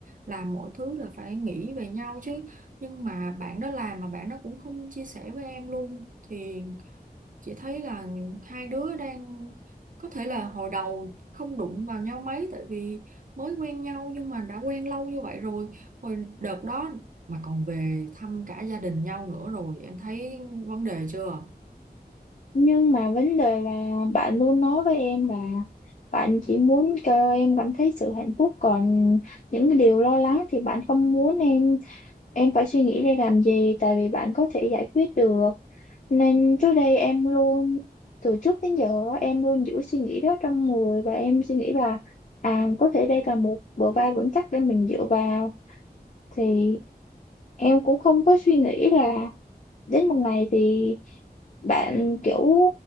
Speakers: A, on the right; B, on the left.
A: làm mọi thứ là phải nghĩ về nhau chứ nhưng mà bạn đó làm mà bạn đó cũng không chia sẻ với em luôn thì chị thấy là hai đứa đang có thể là hồi đầu không đụng vào nhau mấy tại vì mới quen nhau nhưng mà đã quen lâu như vậy rồi hồi đợt đó mà còn về thăm cả gia đình nhau nữa rồi em thấy vấn đề chưa
B: nhưng mà vấn đề là bạn luôn nói với em là bạn chỉ muốn cho em cảm thấy sự hạnh phúc còn những cái điều lo lắng thì bạn không muốn em em phải suy nghĩ để làm gì tại vì bạn có thể giải quyết được nên trước đây em luôn từ trước đến giờ á, em luôn giữ suy nghĩ đó trong người và em suy nghĩ là à có thể đây là một bờ vai vững chắc để mình dựa vào thì em cũng không có suy nghĩ là đến một ngày thì bạn kiểu